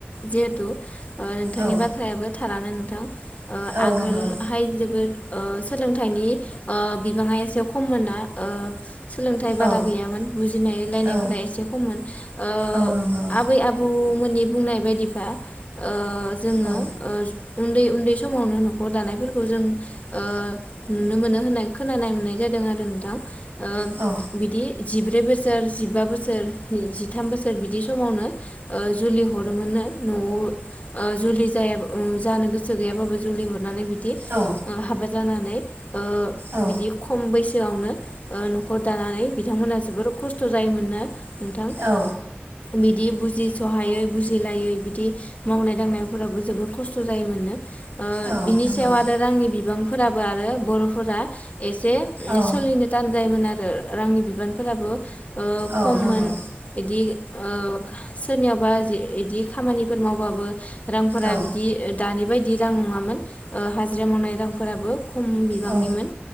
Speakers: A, on the left; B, on the right.
A: जिहेथु ओ नोंथांनि
B: औ
A: बाथ्रायाबो थारानो थां ओ
B: औ
A: आगोल
B: नंगौ
A: हाय जोबोर ओ सोलोंथाइनि ओ बिबाङा एसे खममोन ना ओ सोलों दा
B: औ
A: गैयामोन बुजिनाय होनलायनायफोरा
B: औ
A: एसे खममोन ओ
B: औ नंगौ
A: आबै आबौ मोननि बुंनाय बायदिबा ओ जोंङो
B: औ
A: ओ उन्दै उन्दै समावनो न'खर दानायफोरखौ जों ओ नुनो मोनो होननाय खोनानाय मोननाय जादों आरो नोंथां। ओ
B: औ
A: बिदि जिब्रै बोसोर जिबा बोसोर जिथाम बोसोर बिदि समावनो ओ जुलि हरोमोननो न'आव ओ जुलि जाया जानो गोसो गैयाबाबो जुलि हरनानै बि बि
B: औ
A: हाबा जानानै ओ
B: औ
A: बिदि खम बैस सिगांआवनो ओ न'खर दानानै बिथांमोनहा जोबोर खस्थ' जायोमोननो। नोंथां
B: औ
A: बिदि बुजिस'हायै बुजिलायै बिदि मावनाय दांनायफोराबो जोबोद खस्थ' जायोमोननो। ओ
B: औ
A: बिनि
B: नंगौ
A: सायाव आरो रांनि बिबां फोराबो आरो बर'फोरा एसे ओ
B: औ
A: सोलिनो थान जायोमोन आरो रांनि बिबानफोराबो ओ
B: औ
A: खममोन
B: नंगौ
A: बिदि ओ सोरनियावबा जि इदि खामानिफोर मावबाबो रांफोरा
B: औ
A: बिदि दानि बायदि रां नङामोन। ओ हाजिरा मावनाय रांफोराबो खम बिबांनिमोन
B: औ